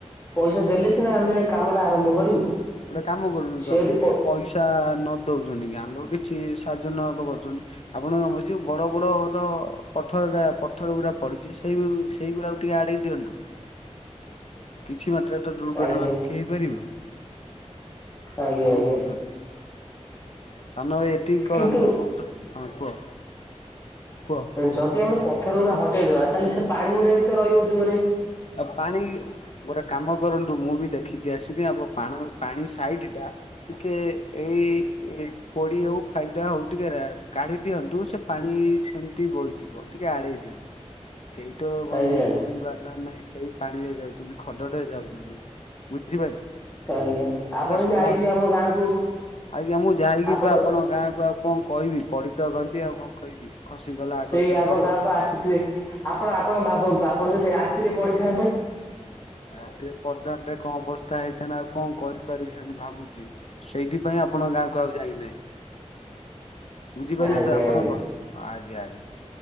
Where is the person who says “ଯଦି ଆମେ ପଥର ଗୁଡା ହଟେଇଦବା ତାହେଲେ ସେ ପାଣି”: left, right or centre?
Left